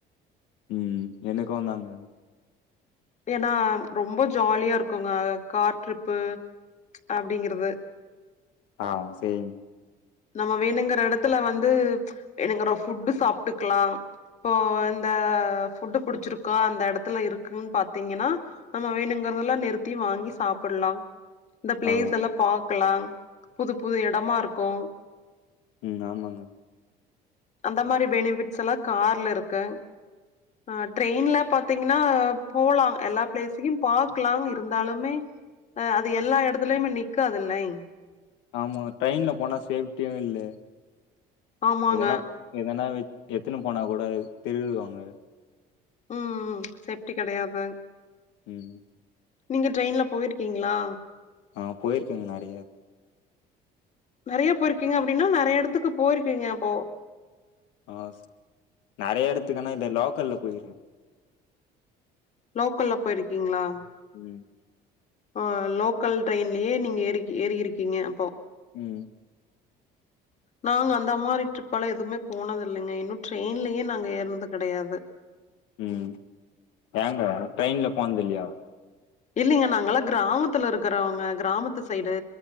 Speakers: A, on the left; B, on the left.
A: ம் எனக்கும் தாங்க
B: ஏன்னா ரொம்ப ஜாலியா இருக்குங்க கார் ட்ரிப்பு அப்டிங்கிறது
A: ஆ சேரிங்
B: நம்ம வேணுங்கிற இடத்துல வந்து வேணுங்கற ஃபுட்டு சாப்பிட்டுக்கலாம் இப்போ இந்த ஃபுட்டு புடிச்சிருக்கா அந்த இடத்துல இருக்கு பாத்தீங்கன்னா நம்ம வேணுங்கிறதுல்லாம் நிறுத்தி வாங்கி சாப்படலாம் இந்த பிளேஸ்
A: ஆ
B: எல்லாம் பாக்கலாம் புது புது இடமா இருக்கும்
A: ம் ஆமாங்க
B: அந்த மாரி பெனிபிட்ஸ்ல்லாம் கார்ல இருக்கு ஆ ட்ரெயின்ல பாத்தீங்கன்னா போலாம் எல்லா பிளேஸையும் பாக்லாம் இருந்தாலுமே அ அது எல்லா இடத்துலயுமே நிக்காதுல்லை
A: ஆமா ட்ரெயின்ல போனா சேஃப்டியும் இல்லே
B: ஆமாங்க
A: எதனா எதனா வச் எத்துனு போனா கூட திரிடுவாங்க
B: ம் ம் சேஃப்டி கிடையாத் தான்
A: ம்
B: நீங்க ட்ரெயின்ல போய்ருக்கீங்களா
A: ஆ போயிருக்கேங்க நிறைய
B: நறையா போயிருக்கீங்க அப்டின்னா நறையா இடத்துக்கு போயிருக்கீங்க அப்போ
A: ஆ நறைய இடத்துக்குனா இது லோக்கல்ல போயிருக்கேன்
B: லோக்கல்ல போயிருக்கீங்களா
A: ம்
B: ஆ லோக்கல் ட்ரெயின்லியே நீங்க ஏறி ஏறிருக்கீங்க அப்போ
A: ம்
B: நாங்க அந்த மாதிரி ட்ரிப்பால எதுவுமே போனது இல்லங்க இன்னும் ட்ரெயின்லயே நாங்க ஏறனது கிடையாது
A: ம் ஏங்க ட்ரெயின்ல போனதில்லையா
B: இல்லலைங்க நாங்கல்லாம் கிராமத்துல இருக்கறவங்க கிராமத்து சைடு